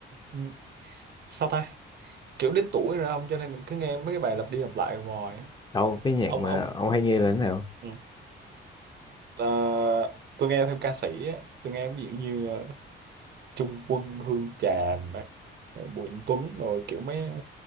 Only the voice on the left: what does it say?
Đâu, cái nhạc
mà
ông hay nghe
là thế nào?